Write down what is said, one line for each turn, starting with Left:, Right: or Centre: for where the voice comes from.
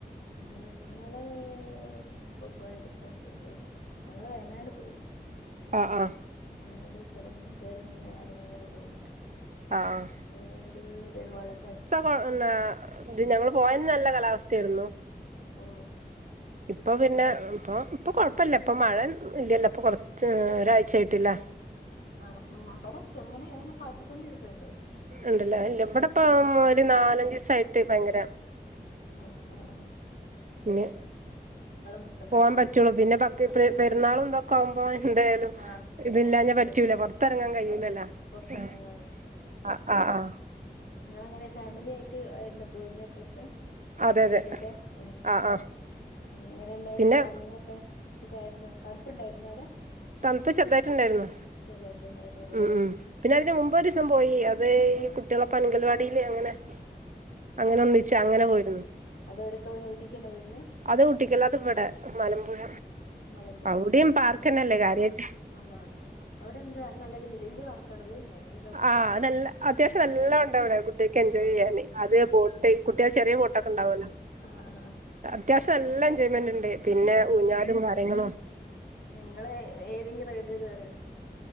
Left: ഞങ്ങള് ഇപ്പൊ പോയത്പ്പോ ഇപ്പട്ത്ത് ഞങ്ങള് വയനാട് പോയി.
Right: അഹ് ആഹ്
Left: വയനാട് ചൊരങ് കയറി ഇങ്ങനെ എറങ്ങി ഇങ്ങട് പോന്നു.
Right: ആഹ്
Left: അത് ഒരു ചേറ്യ വള്ളച്ചാട്.
Right: ഇപ്പോ നാ ഇത് ഞങ്ങള് പോയന്ന് നല്ല കാലാവസ്ഥായിരുന്നു.
Left: ഓഹ്
Right: ഇപ്പൊ പിന്നെ ഇപ്പൊ ഇപ്പൊ കൊഴപ്പില്ല ഇപ്പ മഴ ഇല്ലല്ലോ. ഇപ്പൊ കുറച്ച് ഒരാഴ്ച്ചായിട്ട് ലേ.
Left: ആ മടെലെ ചെർങ്ങനേന് പാറ്റിക്കൊണ്ടിരിക്ക്ണ്ട്.
Right: ഇണ്ട് ലേ. ഇല്ല ഇബടെ ഇപ്പൊ ഒരു നാലഞ്ചീസായിട്ട് ഭയങ്കെരെ.
Left: അഹ് ആഹ് ആഹ്
Right: ഇഞ്
Left: മൂടൊക്കെ
Right: പോവാ
Left: ഉണ്ടാവ
Right: പറ്റൊള്ളു. പിന്നെ പക്ര
Left: ആ ആ
Right: പെരുന്നാളും ഇത് ക്ക് കൗമ്പോ എന്തായാലും
Left: ആ
Right: ഇതില്ലാഞ്ഞ
Left: ആ ഒന്നും
Right: പറ്റൂല പൊറ്ത്തെറങ്ങാൻ കഴൂലല്ലോ
Left: പറ്റൂല പൊറത്തിറങ്ങാൻ
Right: ആഹ്. അഹ് ആഹ് ആഹ്
Left: ഇങ്ങളെങ്ങനെ ഫാമിലി ആയിട്ട് ആയിര്ന്നെ പോയിര്ന്നെ ട്രിപ്പ്
Right: അതെ
Left: ഊട്ടിക്കൊക്കെ
Right: അതെ
Left: ഏഹ്.
Right: ആഹ് ആഹ്
Left: എങ്ങനെ ഇണ്ടായും
Right: പിന്നെ
Left: ട്രാവലിംങ്ങൊക്കെ സുഖായിരുന്നോ തണുപ്പുണ്ടായിരുന്നോ അവടെ.
Right: തണ്പ്പ് ചെുതായിട്ട് ഇണ്ടേര്ന്നു
Left: ചെറുതായിട്ടുണ്ടായിരുന്നുള്ളൂ
Right: ഉം
Left: ല്ലേ
Right: ഉം പിന്നെ അതിന് മുമ്പ് ഒരീസം പോയി അതീ കുട്ട്യേളെപ്പ്
Left: ഉം
Right: പ്പങ്കൽവാടിൽ അങ്ങനെ അങ്ങനെ ഒന്നിച്ച് അങ്ങനെ പോയി.
Left: അതെവിട്ക്ക <unintelligible> ഊട്ടിക്കെന്നെ പോയിരുന്നേ.
Right: അത് ഊട്ടിക്കല്ല അത് ഇവടെ. മലമ്പുഴ
Left: മലമ്പുഴ ആ
Right: അവിടിം പാർക്കന്നെല്ലേ കാര്യായിട്ട്.
Left: ആ വാ അവിടെ എന്താ നല്ല വ വല്യെ വർക്ക്‌ ക്കണവെയ്ഞ്ഞാലും
Right: ആഹ് അത് നല്ല അത്യാവശ്യം നല്ലോണ്ടൗടെ കുട്ട്യേക്ക് എൻജോയ്
Left: ആ
Right: ചെയ്യാന്
Left: ഉം.
Right: അത് ബോട് ട്ടീ കുട്ട്യേൾ ചെറ്യേ ബോട്ടൊക്കൊണ്ടാവോലോ.
Left: ആ ആ ആ
Right: അത്യാവശ്യം നല്ല
Left: ഉം
Right: എൻജോയ്മെന്റ്ണ്ട്. പിന്നെ ഊഞ്ഞാലും കാര്യങ്ങളും.
Left: ഇങ്ങള് ഏതെങ്കിലും റേയ്ടില് കേറ്യാേ